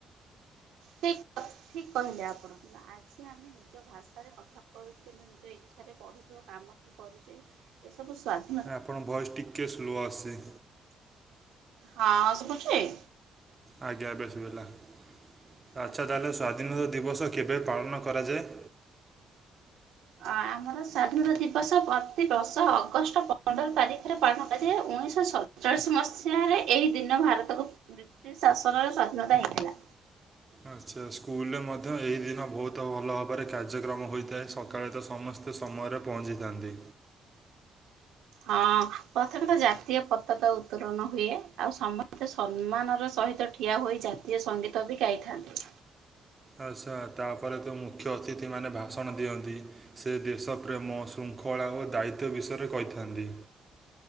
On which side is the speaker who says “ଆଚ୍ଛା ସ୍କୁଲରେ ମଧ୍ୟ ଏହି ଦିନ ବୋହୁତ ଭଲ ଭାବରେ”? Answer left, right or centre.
Right